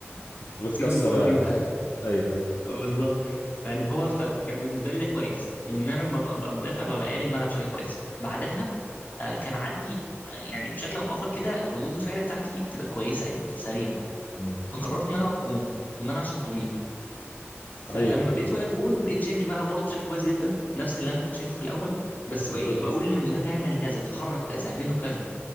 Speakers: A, on the left; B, on the left.
A: كنت بتكسر
B: سيب الكوره
A: يعني
B: دي وتعالى
A: <laughs> ايوه ايوه
B: بالظبط فاللي هو فكان بالنسبه لي ده كويس وان انا لما ببقى ببقى مدافع ببقى قاري الملعب بشكل كويس بعدها آه، كان عندي آه، يعني بشكل او باخر كده ردود الفعل بتاعتي بتبقى كويسه يعني سريعه
A: مم.
B: فقررت ان انا اقف جون وان انا عشان طويل فلما
A: ايوه
B: بقيت واقف جون بقيت شايف الملعب برضه بشكل كويس جدا نفس اللي انا كنت شايفه في الاول بس
A: طب كنت
B: بقى بقول للمدافع اعمل كذا اتحرك كذا اعمله كذا